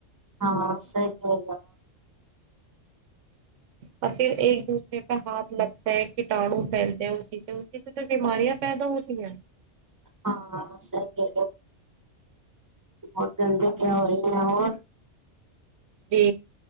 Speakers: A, on the right; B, on the right.
A: ہاں سی کہو
B: اور پھر ایک دوسرے ہاتھ لگتا ہے کٹاڑو پھیلتے ہیں اسی سے اسی سے تو بیماریاں پیدا ہوتی ہیں
A: ہاں سی <inaudible> بہت گندی کیا ہو رہی ہیں اور
B: جی